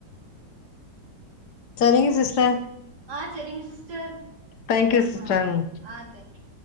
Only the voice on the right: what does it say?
ஆ சரிங்க சிஸ்டர்
ஆ ஆ தேங்க்யூ